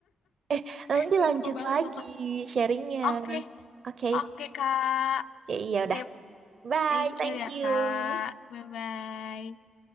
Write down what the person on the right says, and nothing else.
Eh, nanti
lanjut
lagi
sharingnya.
Oke,
ya ya udah.
Bye,
thank
you.